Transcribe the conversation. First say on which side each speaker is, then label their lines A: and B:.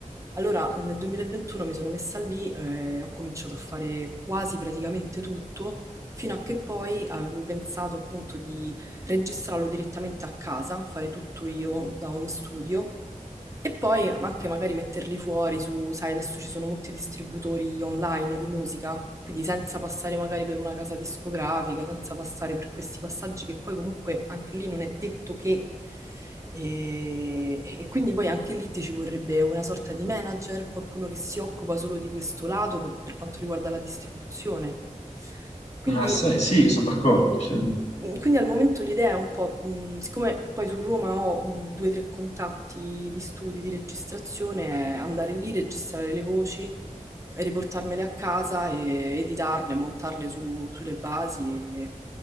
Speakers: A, on the right; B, on the left.
A: Allora, nel 2021 mi sono messa lì, eh, ho cominciato a fare quasi praticamente tutto, fino a che poi avevo pensato appunto registrarlo direttamente a casa, fare tutto io da home studio e poi anche magari metterli fuori su, sai, adesso ci sono molti distributori online di musica, quindi senza passare magari per una casa discografica, senza passare per questi passaggi che poi comunque anche lì non è detto che... E, e quindi poi anche lì ti ci vorrebbe una sorta di manager, qualcuno che si occupa solo di questo lato per, per quanto riguarda la distribuzione. Quindi
B: Ah, sai, sì, sono d'accordo. sì.
A: Mm, Quindi al momento l'idea è un po', mh, siccome poi su Roma ho mh, due o tre contatti di studi, di registrazione, è andare lì, registrare le voci, riportarmele a casa e editarle, montarle su- sulle basi e,